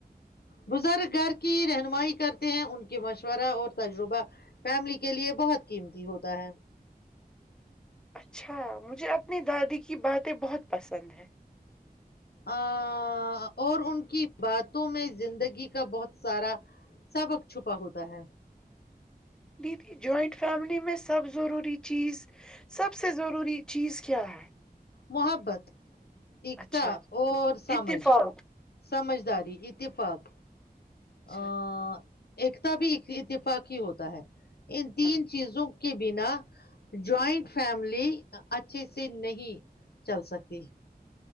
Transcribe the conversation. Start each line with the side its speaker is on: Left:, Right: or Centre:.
Left: بزرگ گھر کی رہنمائی کرتے ہیں ان کے مشورہ اور تجربہ فیملی کے لیے بہت قیمتی ہوتا ہے
Centre: اچھا مجھے اپنی دادی کی باتیں بہت پسند ہے
Left: ا اور ان کی باتوں میں زندگی کا بہت سارا سبق چھپا ہوتا ہے
Centre: دیدی جوائنٹ فیملی میں سب ضروری چیز سب سے ضروری چیز کیا ہے
Left: محبت ایککتا
Centre: اچھا
Left: اور سمجھ
Centre: اتفاق
Left: سمجھداری اتفاق
Centre: اچھا
Left: آ ایکتا بھی اتفاقی ہوتا ہے ان تین
Centre: ہاں
Left: چیزوں کو کے بنا جوائنٹ فیملی اچھے سے نہیں چل سکتی